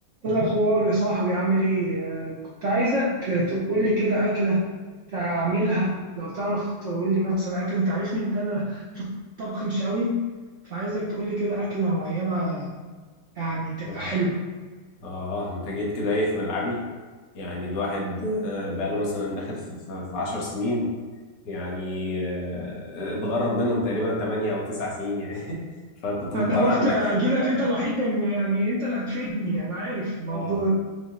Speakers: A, on the right; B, on the left.
A: ايه الاخبار يا صاحبي عامل ايه آه، كنت عايزك تقول لي كده اكله تعملها لو تعرف تقول لي مثلا اكله انت عارفني ان انا في الطبخ مش قوي فعايزك تقول لي كده اكله معينه يعني تبقى
B: اه
A: حلوه
B: آه، انت جيت كده ايه في ملعبي يعني الواحد آه، بقاله مثلا داخل في في- في عشر سنين يعني آه، اتغرب منهم تقريبا تمانية او تسع سنين يعني <laughs> فكنت مضطر
A: انا قلت
B: اعمل
A: اجي
B: اكل
A: لك انت الوحيد من- يعني انت اللي هتفيدني انا عارف الموضوع
B: اه
A: ده.